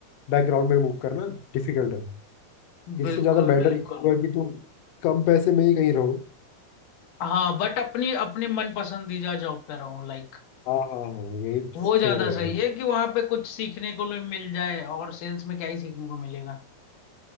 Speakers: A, on the left; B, on the left.
A: बैकग्राउंड में मूव करना डिफिकल्ट है इससे
B: बिल्कुल
A: ज्यादा बेटर
B: बिल्कुल
A: ये होगा कि तुम कम पैसे में ही कहीं रहो
B: हाँ बट अपनी अपनी मन पसंदीदा जॉब पे रहूं लाइक
A: हाँ हाँ हाँ यही
B: वो
A: सही
B: ज्यादा
A: रहेगा
B: सही है कि वहां पे कुछ सीखने को भी मिल जाए और सेल्स में क्या ही सीखने को मिलेगा